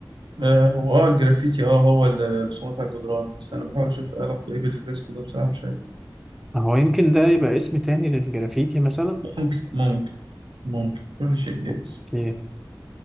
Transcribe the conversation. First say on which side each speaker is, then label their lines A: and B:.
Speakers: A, on the right; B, in the centre.
A: آه، هو اه الجرافيتي اه هو الرسومات على الجدران بس أنا بحاول أشوف إيه علاقته إيه بالفريسكو ده بصراحة مش عارف
B: هو يمكن ده يبقى اسم تاني للجرافيتي مثلا
A: ممكن ممكن ممكن كل شيء جايز
B: اوكي